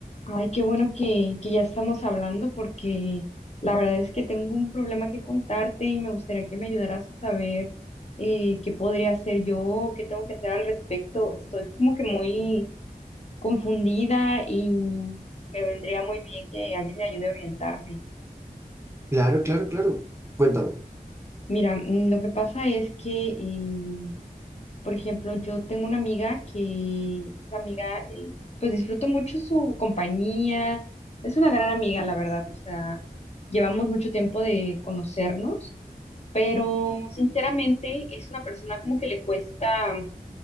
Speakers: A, on the left; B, on the right.
A: Ay, qué bueno que, que ya estamos hablando porque la verdad es que tengo un problema que contarte y me gustaría que me ayudaras a saber eh, qué podría hacer yo, qué tengo que hacer al respecto. Estoy como que muy confundida y me vendría muy bien que alguien me ayude a orientarme.
B: Claro, claro, claro. Cuéntame.
A: Mira, mm, lo que pasa es que eh, Por ejemplo, yo tengo una amiga que, esa amiga, el- pues disfruto mucho su compañía, es una gran amiga, la verdad, o sea, llevamos mucho tiempo de conocernos, pero sinceramente es una persona como que le cuesta